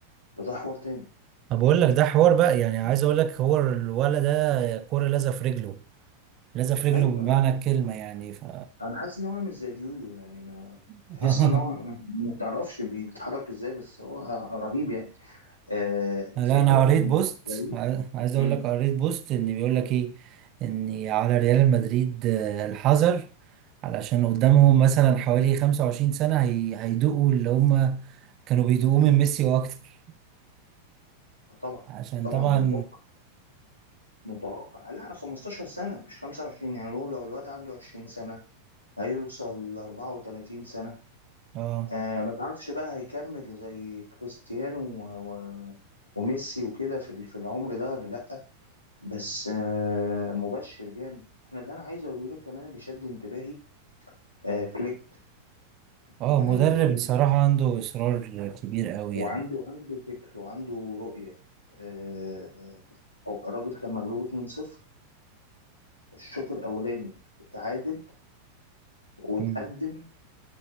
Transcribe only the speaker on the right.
انا بقول لك ده حوار بقى يعني عايز اقول لك هو الولد ده كورة لازقة في رجله لازقة في رجله
بمعنى
الكلمة يعني ف
<laughs>
لا انا قريت
بوست
عاي- عايز اقول
لك قريت بوست ان بيقول لك ايه ان على ريال مدريد آه، الحذر علشان قدامهم مثلا حوالي 25 سنة هي... هيدوقوا اللي هم كانوا بيدوقوه من ميسي واكتر
عشان
طبعا
اه
اه
مدرب الصراحة عنده اصرار كبير قوي
يعني
مم.